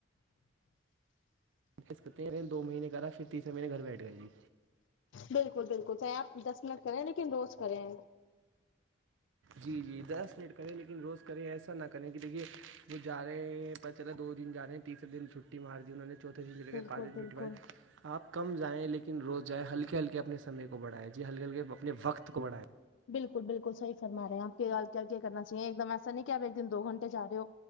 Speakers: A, on the right; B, on the left.
A: <unintelligible> دو مہینے کرا تیرےہینے گھر بیٹھ گئے جی
B: بالکل بالکل چاہے آپ دس منٹ کریں لیکن روز کریں
A: جی جی دس منٹ کریں لیکن روز کریں ایسا نہ کریں کہ دیکھیے وہ جا رہے ہیں پتا چلا دو دن جا رہے ہیں تسرے دن چھٹی مار دی انوں نے چوتےدن
B: بالکل
A: پانچ
B: بالکل
A: میکے بعد ائے آپ کم جائیں لیکن روز جائیں ہلکے ہلکے اپنے سمے کو بڑائے جی ہلکےہلکے اپنے وقت کو بڈائے
B: بالکل بالکل صحی فرماے ہیں آپ کے کیا کیا کرنا چاہیے ایک دم ایسا نہیں کہ آپ ایک دن دو گھنٹے جا رہے ہو